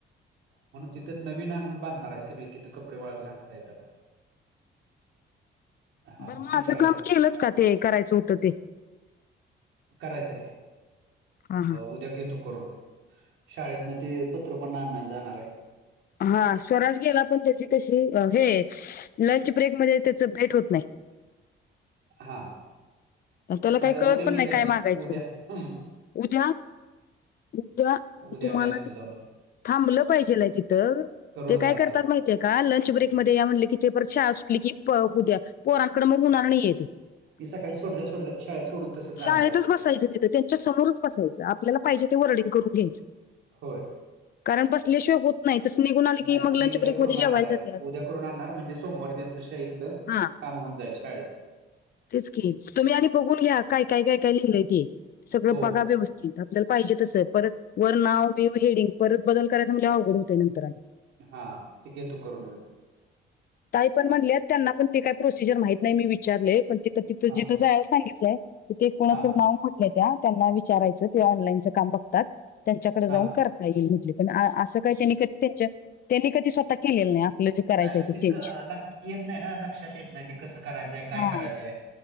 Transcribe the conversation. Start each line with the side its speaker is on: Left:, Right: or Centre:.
Right: म्हणून तिथं नवीन आणून बांधणार आहे सगळी तिथ कपडे वळत घालता येतात हा
Left: बर
Right: मग
Left: मांझ
Right: ती करायला
Left: काम केलंत का ते करायचं होतं ते
Right: करायचंय
Left: हा हा
Right: उद्या घेतो करून शाळेतन ते पत्र पण आणायला जाणार आहे
Left: हा स्वराज गेला पण त्याची कशी हे लंच ब्रेकमध्ये त्याच भेट होत नाही
Right: हा
Left: त्याला
Right: नाही
Left: काही
Right: आता
Left: कळत
Right: उद्या मी
Left: पण नाही
Right: जाईन
Left: काय मागायचं
Right: उद्या हं
Left: उद्या उद्या
Right: उद्या
Left: तुम्हाला
Right: मी आणतो
Left: ते
Right: जाऊन
Left: थांबलं पाहिजेलाय तिथं
Right: करूनच
Left: ते काय
Right: आणतो
Left: करतात माहितीये का लंच ब्रेकमध्ये
Right: मी
Left: या म्हणले की तेे परत शाळा सुटली की उद्या पोरांकडे मग होणार नाहीयेत
Right: मी काही सोडल्या सोड शळेत सोडून. तसंच जाणार
Left: शाळेतच
Right: आहे तिथं
Left: बसायचं तिथं त्यांच्या समोरच बसायचं आपल्याला पाहिजे ते वर्डिंग करून घ्यायचं.
Right: होय.
Left: कारण बसल्याशिवाय होत नाही तसं निघून आले की
Right: नाही
Left: मग लंच
Right: मी उद्या
Left: ब्रेक
Right: करून
Left: मध्ये जेवायला
Right: आणणार आहे
Left: जातात
Right: उद्या करून आणणार म्हणजे सोमवार त्यां. त शाळतलं
Left: हा
Right: काम होऊन जाईल शाळेत.
Left: तेच की तुम्ही आणि बघून घ्या काय काय काय काय लिहिलंय ते सगळं
Right: हो
Left: पगा व्यवस्थित. बल पाहिजे तसं परत वर नाव बी हेडिंग परत बदल करायचा म्हज अवघड होतें नंतर आणि.
Right: हा ते घेतो करोना.
Left: काही पण म्हणले त्यांना पण ते का प्रोसिजर माहत नाही मी विचारले पण त. त तुझि
Right: हा
Left: तुझं आहेला सांगितलंय तिथ क कोणा
Right: हा
Left: नाव. त्या त्यांना विचारायचं ते ऑनलाईनच काम बघतात त्यांच्याकडे
Right: हा
Left: जाऊन करत. येईल म्हटले पण असं काय त्यांनी कधी त्यां त्यांनी कधी स्वतः केलेलं नाही. आपलं जे करायचं
Right: नाही
Left: ते चेंज.
Right: क- लक- येत नाही ना लक्षात येत नाही ते कसं करायचंय काय
Left: हा
Right: करायचंय.